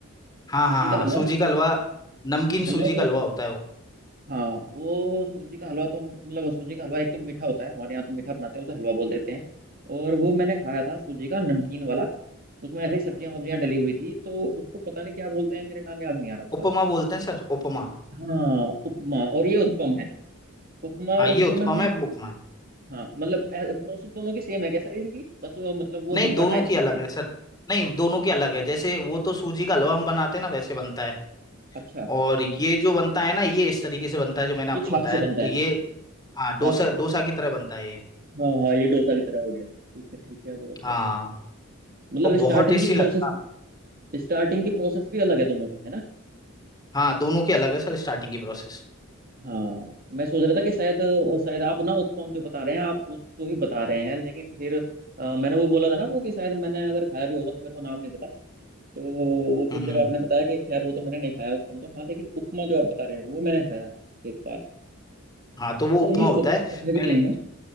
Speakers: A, on the left (about 20°); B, on the right (about 45°).
A: हाँ
B: सूजी
A: हाँ हाँ
B: का हलवा
A: सूजी का हलवा नमकीन सूजी
B: हलवा
A: का
B: तो
A: हलवा होता है वो
B: हाँ वो सूजी का हलवा तो मतलब सूजी का हलवा एक तो मीठा होता है हमारे यहाँ तो मीठा बनाते हैं उसे हलवा बोल देते हैं और वो मैंने खाया था सूजी का नमकीन वाला उसमें ऐसे ही सब्जियां वब्जियां डली हुई थी तो उसको पता नहीं क्या बोलते हैं मेरे नाम याद नहीं आ रहा उसका
A: उपमा बोलते हैं सर उपमा
B: हाँ उपमा और ये उत्पम है उपमा और
A: हाँ
B: उत्पम
A: ये उत्पम
B: में मैं
A: है वो उपमा है
B: हाँ मतलब प्रोसेस दोनों की सेम है क्या सर इनकी बस वो मतलब वो
A: नहीं
B: हलवा
A: दोनों
B: टाइप
A: की
B: हो
A: अलग
B: गया
A: है सर नहीं दोनों की अलग है जैसे वो तो सूजी
B: अच्छा
A: का हलवा हम बनाते हैं ना वैसे बनता है
B: अच्छा
A: और ये जो बनता है ना ये इस तरीके से बनता है जो मैंने आपको
B: ये छाछ
A: बताया
B: से
A: तो
B: बनता है
A: ये हाँ
B: छाछ
A: डोसा
B: से
A: डोसा की तरह बनता है ये
B: हाँ हाँ ये डोसा की तरह हो गया ठीक है ठीक है बहुत
A: हाँ
B: बढ़िया मतलब
A: और बहुत
B: स्टार्टिंग
A: टेस्टी
B: की
A: लगता
B: प्रोसेस
A: है
B: स्टार्टिंग की प्रोसेस भी अलग है दोनों की है ना
A: हाँ दोनों की अलग है सर स्टार्टिंग की प्रोसेस
B: हाँ मैं सोच रहा था कि शायद शायद आप ना उत्पम जो बता रहे हैं आप उसको ही बता रहे हैं लेकिन फिर अ, मैंने वो बोला था ना वो कि शायद मैंने अगर खाया भी होगा तो मेरे को नाम नहीं पता तो वो फिर
A: हम्म
B: जब
A: हम्म, हम्म।
B: आपने बताया कि खैर वो तो मैंने नहीं खाया उत्पम तो हाँ लेकिन उपमा जो आप बता रहे हैं वो मैंने खाया है एक बार
A: हाँ तो वो
B: तो
A: उपमा
B: ये सु-
A: होता है
B: सुबह के
A: पहले
B: टाइम में